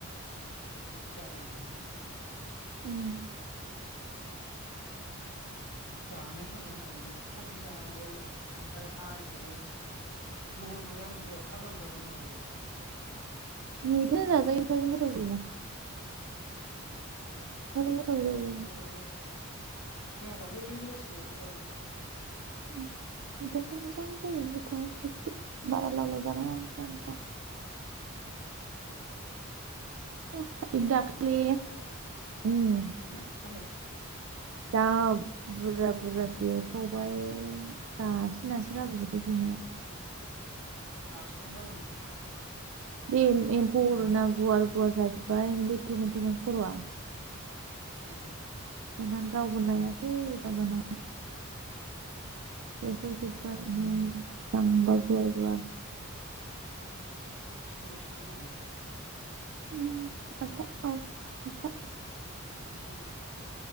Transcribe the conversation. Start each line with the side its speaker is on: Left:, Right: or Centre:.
Left: जागोन दे
Right: उम
Left: जानायथारबावनांगौ मैथाजों जानांगौ ओमफ्राय आलुजों जहल संजागोन ना संजाया? भाजाल जाजायो‌ नामा बियो
Right: मैथाजों जाजायो मैथा जों गोथाव जायोना।
Left: उम
Right: गोथाव जायो
Left: मैथाजोंनो जोंहा दाख्लै ओरैनो गोजासो एवना जादों।
Right: उम मैथाजों मोजां जायो
Left: ओम
Right: गोथाव गोखै बारा लावलाव जानाङा खम जा
Left: उम
Right: अ इ दाखालि ओम
Left: हो मा होनदों
Right: जा बुरजा बुरजा बेरखावबाय गासिनासो गारबोजोबबाय बिमाया
Left: गासोना गारबोनो?
Right: बे एम एम्फौ अरोना गुवार गुवार जाजोबबाय बे थुमेन थुमेन खर'आ
Left: उम
Right: जानानै रावबो नायासै बागानाव बे फुजोबबाय
Left: उम
Right: जांबा गुवार गुवार
Left: थोस लसलै होमबालाय
Right: उम माथा औ माथा
Left: उम